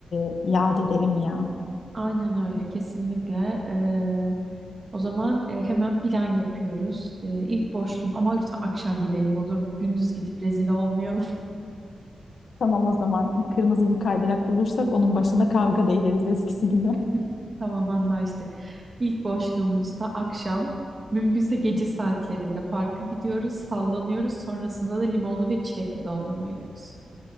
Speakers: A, on the left; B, on the right.
A: e, yad edelim ya.
B: Aynen öyle kesinlikle. Ee, o zaman e, hemen plan yapıyoruz. Ee, ilk boşluğum ama lütfen akşam gidelim olur mu? Gündüz gidip rezil olmayalım.
A: Tamam o zaman kırmızı bir kaydırak bulursak onun başında kavga da ederiz eskisi gibi. <laughs>
B: <laughs> Tamam anlaştık. İlk boşluğumuzda akşam mümkünse gece saatlerinde parka gidiyoruz, sallanıyoruz. Sonrasında da limonlu ve çilekli dondurma yiyoruz.